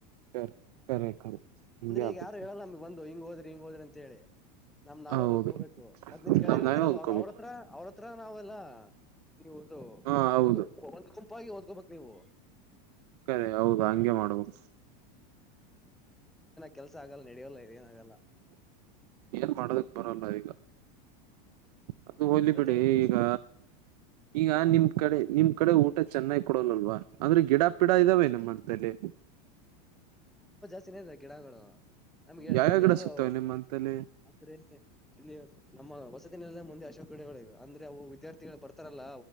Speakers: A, on the right (about 70°); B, in the centre.
A: ಕರೆ ಕರೆ ಕರೆ ಹಿಂಗೆ
B: ಅಂದ್ರೆ
A: ಆಗುತ್ತೆ
B: ಈಗ ಯಾರು ಹೇಳಲ್ಲ ನಮಗ್ ಬಂದು ಹಿಂಗ ಹೋದ್ರಿ ಹಿಂಗ್ ಹೋದ್ರಿ ಅಂತ ಹೇಳಿ ನಮ್ ನಾವೇ
A: ಹೌದು
B: ಓದ್ಕೋಬೇಕು ಮತ್ ನಿಮ್ಗೆಳೆಯ್ರ
A: ನಮ್
B: ಇರ್ತಾರಲ್ಲ
A: ನಾವೇ ಓದ್ಕೋಬೇಕು
B: ಅವ್ರ ಅವ್ರತ್ರ ಅವ್ರ ಹತ್ರ ನಾವೆಲ್ಲ ನೀವುಅದು
A: ಹಾ ಹೌದು
B: ಒಂದ ಒಂದ್ ಗುಂಪಾಗಿ ಓದಕೊಬೇಕ್ ನೀವು
A: ಕರೆ ಹೌದಾ ಹಂಗೆ ಮಾಡಬೇಕು
B: ಕೆಲ್ಸ ಆಗಲ್ಲ ನಡಿಯೋಲ್ಲ ಇದ ಏನ ಆಗಲ್ಲ
A: ಏನ್ ಮಾಡೋದಕ್ ಬರಲ್ಲ ಈಗ ಅದು ಹೋಲಿ
B: ಮತ್ತೆ
A: ಬಿಡಿ ಈಗ ಈಗ ನಿಮ್ ಕಡೆ ನಿಮ್ ಕಡೆ ಊಟ ಚೆನ್ನಾಗಿ ಕೊಡೋಲ್ಲಲ್ವಾ ಅಂದ್ರೆ ಗಿಡ ಪಿಡ ಇದಾವೆ ನಿಮ್ಮ್ತಲ್ಲಿ
B: ಅಚೀವಿರ ಗಿಡಾಗಗಳು ನಮ್ಗೆ
A: ಯಾವ್ಯಾವ
B: ನಮ್ಗೆ
A: ಗಿಡ
B: ಹೇಳದು
A: ಸಿಗ್ತವೆ ನಿಮ್ಮಂತಲ್ಲಿ
B: ಅದ್ರ ಲ್ಲಿ ನಮ್ಮ ಹೊಸ ದ ಮುಂದೆ ಅಶೋಕ ಗಿಡಗಳಿವೆ ಅಂದ್ರೆ ಅವು ವಿದ್ಯಾರ್ಥಿಗಳು ಬರ್ತಾರಲ್ಲ